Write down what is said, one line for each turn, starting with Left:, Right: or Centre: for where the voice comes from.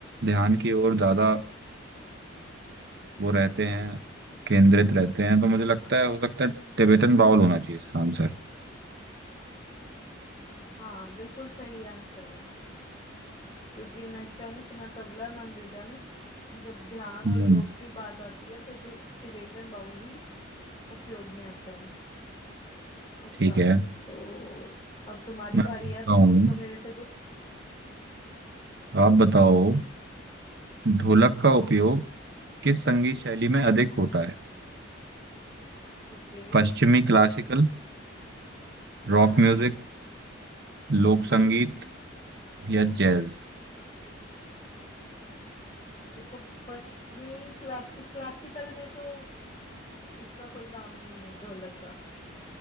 Right: ध्यान की ओर ज्यादा वो रहते हैं केंद्रित रहते हैं तो मुझे लगता है हो सकता है टिबेटन बाउल होना चाहिए इसका आंसर
Left: हाँ बिल्कुल सही आंसर है क्योंकि न शंख न तबला न मृदंग जब ध्यान
Right: हम्म,
Left: और योग की बात आती है तो टि- टिबेटन बाउल ही उपयोग में आता है अच्छा
Right: ठीक है
Left: तो अब तुम्हारी
Right: मैं
Left: बारी
Right: पूछता
Left: है तुम
Right: हूँ
Left: पूछो मेरे से कुछ
Right: आप बताओ ढोलक का उपयोग किस संगीत शैली में अधिक होता है
Left: ओके
Right: पश्चिमी क्लासिकल रॉक
Left: हाँ
Right: म्यूजिक लोक संगीत
Left: हम्म
Right: या जैज
Left: देखो पश्चिमी क्लासिक क्लासिकल में तो इसका कोई काम ही नहीं है ढोलक का